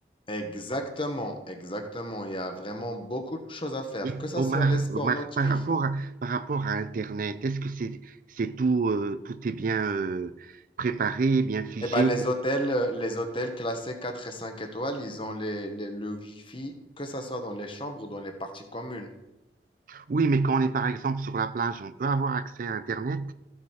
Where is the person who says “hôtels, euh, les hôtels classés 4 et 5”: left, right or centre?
Left